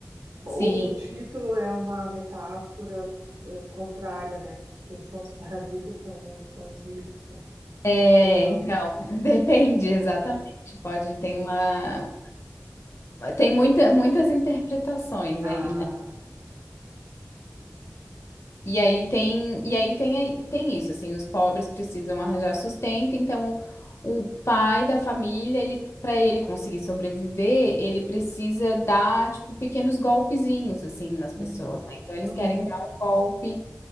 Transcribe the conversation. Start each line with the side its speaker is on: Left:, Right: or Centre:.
Right: Ou
Left: Sim.
Right: o título é uma metáfora eh, contrária, né? Que Quem são os parasitas são, são os ricos, né?
Left: É,
Right: Ou não.
Left: então, <laughs> depende exatamente.
Right: É,
Left: Pode
Right: é.
Left: ter uma. Tem muita, muitas interpretações
Right: Ah,
Left: aí, né? E aí tem, e aí tem, tem isso, assim, os pobres precisam arranjar sustento, então o, o pai da família, ele, para ele conseguir sobreviver, ele precisa dar, tipo, pequenos golpezinhos, assim, nas pessoas,
Right: hum,
Left: né? Então eles
Right: uhum.
Left: querem dar um golpe